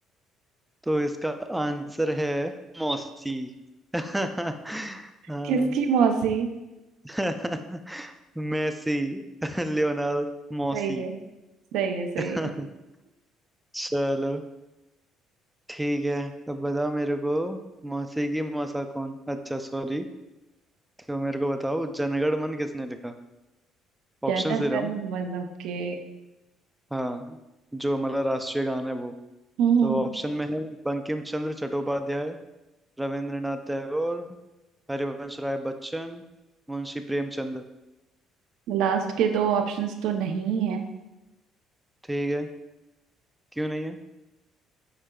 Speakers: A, in the centre; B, on the right.
A: <coughs> तो इसका आंसर है मौसी <laughs> हाँ
B: किसकी मौसी
A: <laughs> मैसी लियोनार्ड <laughs> मौसी
B: सही है सही है सही
A: <laughs>
B: है
A: चलो ठीक है अब बताओ मेरे को मौसी की मौसा कौन अच्छा सॉरी तो मेरे को बताओ जनगण मन किसने लिखा
B: जनगण
A: ऑप्शंस दे रहा हूँ
B: मन के
A: हाँ जो हमारा राष्ट्रीय गान है वो
B: हम्म
A: तो ऑप्शन में है बंकिम चंद्र चट्टोपाध्याय रविंद्रनाथ टैगोर हरिवंश राय बच्चन मुंशी प्रेमचंद
B: लास्ट के दो ऑप्शंस तो नहीं है
A: ठीक है क्यों नहीं है